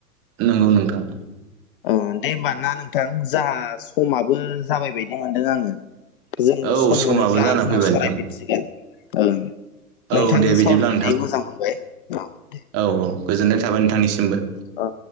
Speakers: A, on the right (about 30°); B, on the left (about 35°).
A: नंगौ नोंथां।
B: औ दे होमबा ना नोंथां जा समाबो जाबाय बायदि मोनदों आङो। जोङो
A: औ
B: सम
A: समाबो
B: मोनोब्ला
A: जाना
B: उनाव
A: फैबाय
B: सरायफिन।
A: नोंथां
B: गोन
A: औ
B: नोंथांजों
A: दे बिदिब्ला
B: सावरायनानै
A: नोंथां
B: मोजां मोनबाय औ। दे
A: औ औ गोजोननाय थाबाय नोंथांनिसिमबो।
B: औे